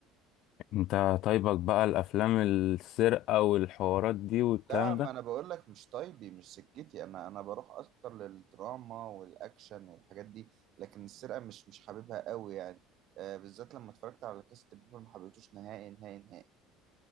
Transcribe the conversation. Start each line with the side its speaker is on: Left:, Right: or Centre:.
Left: انت طيبك بقى الافلام السرقه والحوارات دي والكلام
Right: لا ما
Left: ده
Right: انا بقول لك مش طيبي مش سكتي انا انا بروح اكتر للدراما والاكشن والحاجات دي لكن السرقه مش مش حاببها قوي يعني آه بالذات لما اتفرجت على كاست بيبل ما حبيتوش نهائي نهائي نهائي